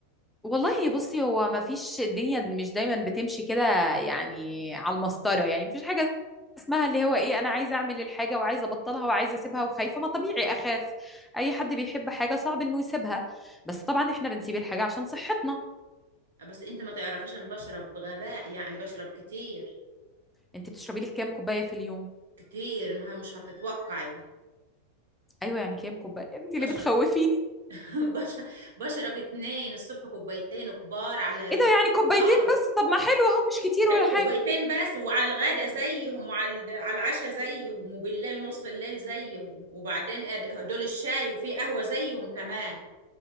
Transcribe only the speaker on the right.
بس انت ما تعرفيش انا بشرب بغباء يعني بشرب كتير
كتير ما مش هتتوقعي
بشرب
<laughs> بش- بشرب اتنين الصبح كوبايتين كبار على الفطار
كوبايتين بس وعلى الغدا زيهم وعلى الد- على العشاء زيهم وبالليل نص الليل زيهم وبعدين أد- دول الشاي وفي قهوة زيهم كمان